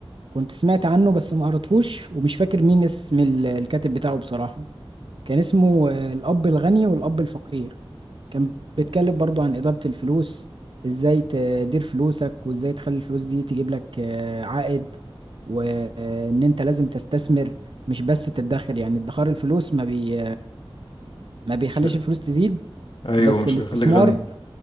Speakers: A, on the right; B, on the left.
A: كنت سمعت عنه بس ما قريتهوش ومش فاكر مين اسم ال- الكاتب بتاعه بصراحة كان اسمه آه، الأب الغني والأب الفقير كان بيتكلم برضو عن إدارة الفلوس ازاي تدير فلوسك وازاي تخلي الفلوس دي تجيب لك آه، عائد وان انت لازم تستثمر مش بس تدخر يعني ادخار الفلوس ما بي ما بيخليش
B: مش هي-
A: الفلوس تزيد
B: ايوه
A: بس
B: مش
A: الاستثمار
B: هيخليك غني